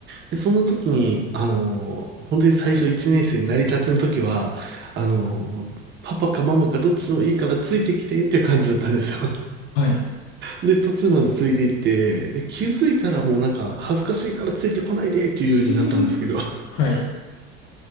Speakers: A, on the right; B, on the left.
A: でその時に、あの、本当に最初1年生になりたての時は、あの、パパかママかどっちでもいいからついてきてっていう感じだったんですよ。
B: はい。
A: で、途中までついていって、で、気づいたらもうなんか恥ずかしいからついてこないでっていうようになったんですけど、
B: <laughs>
A: <laughs>
B: はい。